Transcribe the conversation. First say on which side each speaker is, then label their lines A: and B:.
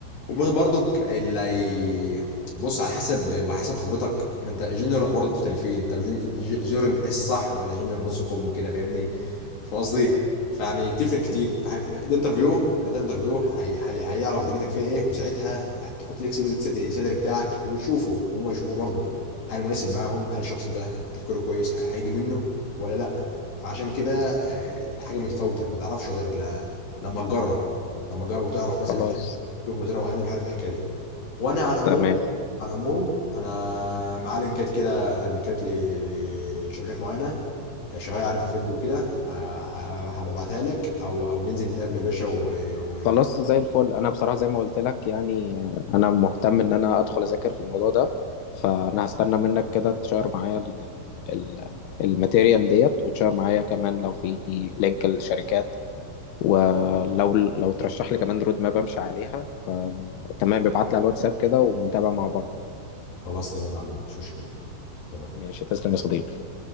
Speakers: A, on the left; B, on the left.
A: وبرضه اللي هي- بص على حسب وحسب خبرتك ما انت جونيور برضه مختلفين انت جون- ج- جونيور متقاس صح ولا جونيور نص كم كده فاهمني فاهم قصدي فيعني بتفرق كتير
B: مم.
A: في حاجة الانترفيو لو ده انترفيو هي... هي... هيعرف دنيتك فيها ايه وساعتها هتحط لك السالري بتاعك ويشوفه وهم يشوفوه برضك هل مناسب معاهم هل الشخص ده تفكيره كويس هي- هيجي منه ولا لا فعشان كده آه، الحاجه متفاوته ما تعرفش غير ل... لما تجرب لما تجرب وتعرف مثلا
B: خلاص
A: شوف مديرة معينة مش عارف ايه كده وانا على العموم
B: تمام
A: على العموم انا معاه لينكات كده لينكات ل- لشركات معينة شغالة يعني في الفيلد وكده ه- هبقى ابعتها لك او او ننزل نتقابل يا باشا و... و...
B: خلاص زي الفل انا بصراحه زي ما قلت لك يعني انا مهتم ان انا ادخل اذاكر في الموضوع ده فانا هستنى منك كده تشير معايا ال ال الماتيريال ديت وتشير معايا كمان لو في لينك الشركات ولو لو ترشح لي كمان رود ماب امشي عليها فتمام ابعت لي على الواتساب كده ونتابع مع بعض
A: خلاص تمام يا عم مفيش مشكلة تمام
B: ماشي تسلم يا صديقي